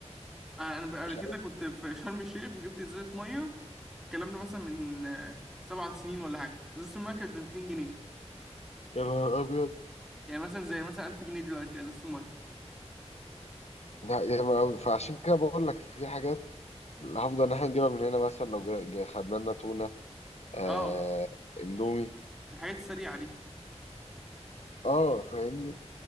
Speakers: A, in the centre; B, on the left (about 70°).
A: انا ب- قبل
B: مش
A: كده كنت في شرم الشيخ وجبت ازازه ميه الكلام ده مثلا من آه، سبع سنين ولا حاجه ازازه الميه كانت ب 200 جنيه
B: يا نهار ابيض
A: يعني مثلا زي مثلا 1000 جنيه دلوقتي كده ازازة المية
B: لا ياما قوي فعشان كده بقول لك في حاجات اللي هفضل ان احنا نجيبها من هنا مثلا لو جا- جا- خدنا لنا تونه آه
A: اه
B: اندومي
A: الحاجات السريعة دي
B: اه فاهمني